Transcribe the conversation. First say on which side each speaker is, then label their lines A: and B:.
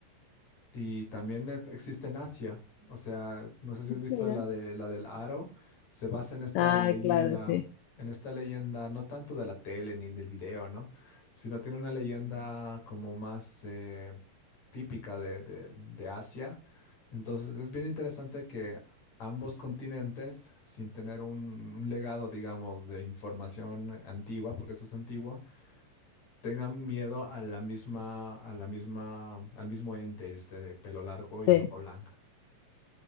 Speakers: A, on the left; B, on the left.
A: Y también e- existe en Asia. O sea, no sé si has visto
B: Mira.
A: la de la del aro. Se basa en esta
B: Ah,
A: leyenda,
B: claro, sí,
A: en esta leyenda, no tanto de la tele ni del video, ¿no? Sino tiene una leyenda como más eh, típica de, de- de Asia. Entonces es bien interesante que ambos continentes, sin tener un, un legado, digamos, de información antigua, porque esto es antiguo, tengan miedo a la misma, a la misma, al mismo ente este de pelo largo y
B: sí.
A: ropa blanca.